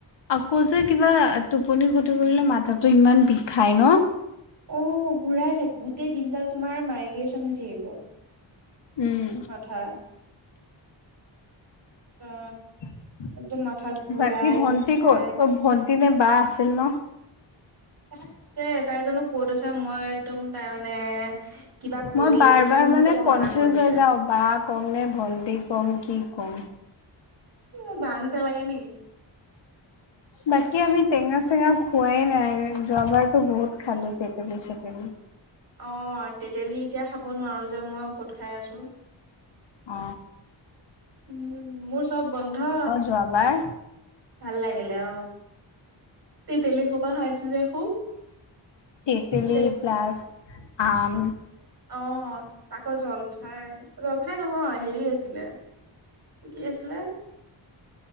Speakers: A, on the left; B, on the right.
A: আকৌ যে কিবা টোপনি খ কৰিলে মাথাটো ইমান বিষাই ন।
B: অ ঘূৰাই থাক গোটেই দিনডাল তোমাৰ মাইগ্ৰে্যন হৈ থাকিব।
A: উম
B: মাথা অ
A: <inaudible>
B: একদম মাথা ঘূৰাই
A: বাকী ভণ্টি
B: বিষাই
A: ক'ত অ ভণ্টি নে বা আছিল ন
B: তাই আছে তাই জানো ক'ত আছে মই একদম তাই মানে কিবা কৰি
A: মই বাৰ
B: আছে যে
A: বাৰ
B: মোক
A: মানে
B: যাব
A: কনফিউজ
B: মানা কৰিছে
A: হৈ যাও বা কম নে ভন্টি কম কি ক কম
B: মোক বা নিচিনা লাগে নেকি
A: বাকী আমি টেঙা চেঙা খোৱাই নাই যোৱাবাৰতো বহুত খালো তেতেলী চেতেলী
B: অ তেতেলি এতিয়া খাব নোৱাৰো যে মই ঔষধ খাই আছো
A: অ
B: উম মোৰ চব বন্ধ
A: যোৱাবাৰ
B: ভাল লাগিলে অ তেতেলি সোপা খাইছিলি যে খুব
A: তেতেলি
B: তে
A: প্লাছ আম
B: অ আকৌ জলফাই জলফাই নহয় হেৰি আছিলে কি আছিলে